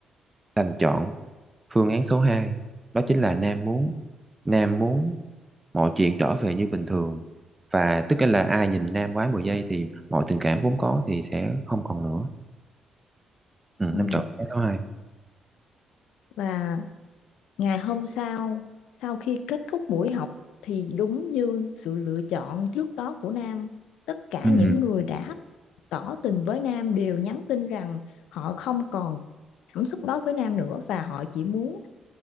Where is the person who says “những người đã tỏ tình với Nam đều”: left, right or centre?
Left